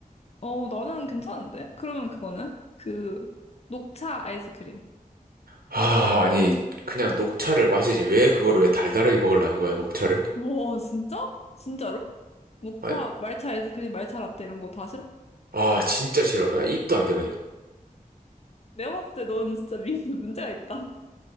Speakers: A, on the left (about 45°); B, on the right (about 80°).
A: 어, 나는 괜찮은데? 그러면 그거는? 그, 녹차 아이스크림.
B: 아 아니 그냥 녹차를 마시지 왜 그거를 왜 달달하게 먹으려는 거야 녹차를?
A: 와, 진짜? 진짜로? 목차,
B: 아,
A: 말차 아이스크림, 말차 라떼 이런 거 다 싫어?
B: 아 진짜 싫어. 아, 입도 안 돼 그냥.
A: 내가 봤을 때 넌 진짜 미국에 문제가 있다. <laughs>